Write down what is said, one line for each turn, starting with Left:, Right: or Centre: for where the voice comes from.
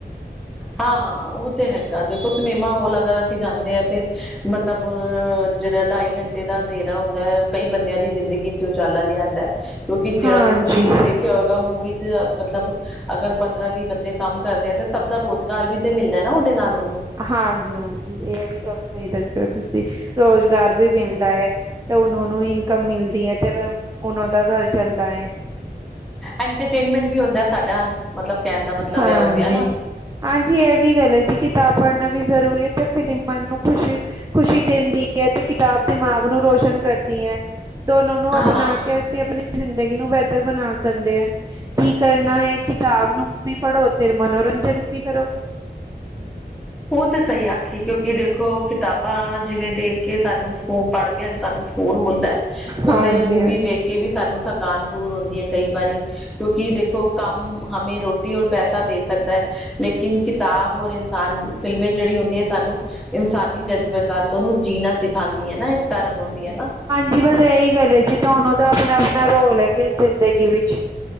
Centre: ਹਾਂ ਉਹ ਤੇ ਹੈਗਾ ਦੇਖੋ ਸਿਨੇਮਾ ਹੋਲ ਅਗਰ ਅਸੀਂ ਜਾਂਦੇ ਆ ਤੇ ਮਤਲਬ ਜਿਹੜਾ ਢਾਈ ਘੰਟੇ ਦਾ ਅੰਧੇਰਾ ਹੁੰਦਾ ਹੈ ਕਈ ਬੰਦਿਆਂ ਦੀ ਜ਼ਿੰਦਗੀ ਉਚਾਲਾ ਲਿਆਂਦਾ ਕਿਉਂਕਿ ਜਿਹੜਾ
Right: ਹਾਂਜੀ
Centre: ਦੇਖੋ ਤੁਸੀਂ ਦੇਖਿਆ ਹੋਏਗਾ ਮੂਵੀ ਚ ਮਤਲਬ ਅਗਰ ਪੰਦਰਾ ਵੀ ਬੰਦੇ ਕੰਮ ਕਰਦੇ ਆ ਤੇ ਸਭ ਦਾ ਰੋਜ਼ਗਾਰ ਵੀ ਤੇ ਮਿਲਦਾ ਨਾ ਉਹਦੇ ਨਾਲ ਉਹਨੂੰ
Right: ਹਾਂਜੀ, ਹਾਂਜੀ ਇਹ ਵੀ ਗੱਲ ਸਈ ਦੱਸਿਓ ਤੁਸੀਂ ਰੋਜ਼ਗਾਰ ਵੀ ਮਿਲਦਾ ਏ ਤੇ ਉਹਨੋ ਨੂੰ ਇਨਕਮ ਮਿਲਦੀ ਏ ਤੇ ਫਿਰ ਉਹਨੋ ਦਾ ਘਰ ਚੱਲਦਾ ਏ
Centre: ਐਂਟਰਟੇਨਮੈਂਟ ਵੀ ਹੁੰਦਾ ਸਾਡਾ ਮਤਲਬ ਕਹਿਣ ਦਾ ਮਤਲਬ
Right: ਹਾਂਜੀ
Centre: ਇਹ ਹੋ ਗਿਆ ਨਾ
Right: ਹਾਂਜੀ ਇਹ ਵੀ ਗੱਲ ਏ ਜੀ ਕਿਤਾਬ ਪੜ੍ਹਨਾ ਵੀ ਜ਼ਰੂਰੀ ਏ ਤੇ ਫੇਰ ਮਨ ਨੂੰ ਖੁਸ਼ੀ ਖ਼ੁਸ਼ੀ ਦਿੰਦੀ ਐ ਤੇ ਕਿਤਾਬ ਦਿਮਾਗ ਨੂੰ ਰੋਸ਼ਨ ਕਰਦੀ ਏ ਦੋਨੋ ਨੂੰ
Centre: ਹਾਂ
Right: ਅਪਣਾ ਕੇ ਅਸੀਂ ਆਪਣੀ ਜ਼ਿੰਦਗੀ ਨੂੰ ਬਿਹਤਰ ਬਣਾ ਸਕਦੇ ਆ ਕੀ ਕਰਨਾ ਹੈ ਕਿਤਾਬ ਬੁਕ ਵੀ ਪੜੋ ਅਤੇ ਮਨੋਰੰਜਨ ਵੀ ਕਰੋ
Centre: ਉਹ ਤੇ ਸਈ ਆਖੀ ਕਿਉਂਕਿ ਦੇਖੋ ਕਿਤਾਬਾਂ ਜਿਵੇਂ ਦੇਖ ਕੇ ਸਾਨੂੰ ਸਕੂਨ ਪੜ੍ਹ ਕੇ ਹੁਨ ਸਾਨੂੰ ਸਕੂਨ ਮਿਲਦਾ ਉਹ
Right: ਹਾਂਜੀ
Centre: ਓਦੇ ਮੂਵੀ
Right: ਹਾਂਜੀ
Centre: ਦੇੇਖ ਕੇ ਵੀ ਸਾਨੂੰ ਥਕਾਨ ਦੂਰ ਹੁੰਦੀ ਏ ਕਈ ਵਾਰੀ ਕਿਉਂਕਿ ਦੇਖੋ ਕੰਮ ਹਮੇ ਰੋਟੀ ਔਰ ਪੈਸਾ ਦੇ ਸਕਦਾ ਲੇਕਿਨ ਕਿਤਾਬ ਔਰ ਇਨਸਾਨ ਫਿਲਮੇ ਜਿਹੜੀ ਹੁੰਦੀ ਏ ਸਾਨੂੰ ਇਨਸਾਨੀ
Right: ਹਮ
Centre: ਜਜ਼ਬਾਤੋ ਨੂੰ ਜੀਣਾ ਸਿਖਾਉਂਦੀ ਏ ਨਾ ਇਸ ਕਾਰਨ ਹੁੰਦੀ ਏ ਨਾ
Right: ਜੀ ਬਸ ਇਹੀ ਗੱਲ ਏ ਜੀ ਦੋਨੋ ਦਾ ਆਪਣਾ ਆਪਣਾ ਰੋਲ ਹੈ ਜ਼ਿੰਦਗੀ ਵਿੱਚ